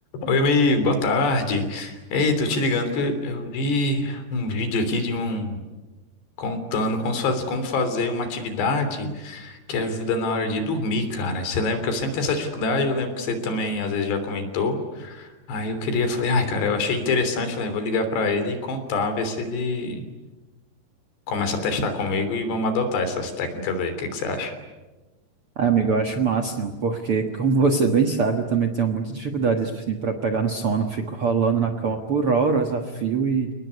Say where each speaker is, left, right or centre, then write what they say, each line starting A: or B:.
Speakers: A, on the left (about 80°); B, on the right (about 55°).
A: Oi, amigo, boa tarde. Ei, tô te ligando porque eu vi um vídeo aqui de um contando como se faz- como fazer uma atividade que ajuda na hora de dormir, cara. Você lembra que eu sempre tenho essa dificuldade, eu lembro que você também às vezes já comentou. Aí eu queria, falei, ai, cara, eu achei interessante, falei, vou ligar pra ele e contar, ver se ele começa a testar comigo e vamos adotar essas técnicas aí. O que que você acha?
B: Ah, amigo, eu acho o máximo, porque, como <laughs> você bem sabe, eu também tenho muita dificuldade assim, para pegar no sono. Fico rolando na cama por horas a fio e